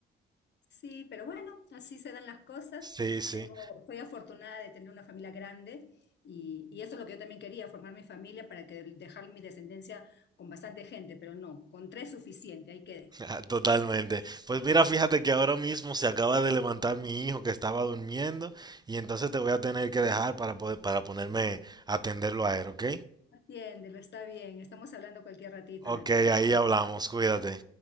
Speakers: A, on the left; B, on the right.
A: Sí, pero bueno, así se dan las cosas.
B: Sí, sí,
A: Tengo, soy afortunada de tener una familia grande y, y eso es lo que yo también quería, formar mi familia para que dejar mi descendencia con bastante gente, pero no, con tres suficiente, ahí quedé.
B: <laughs> totalmente. Pues mira, fíjate que ahora mismo se acaba de levantar mi hijo que estaba durmiendo y entonces te voy a tener que dejar para poder, para ponerme a atenderlo a él, ¿ok?
A: Atiéndelo, está bien, estamos hablando cualquier ratito,
B: Ok,
A: Natanael.
B: ahí hablamos, cuídate.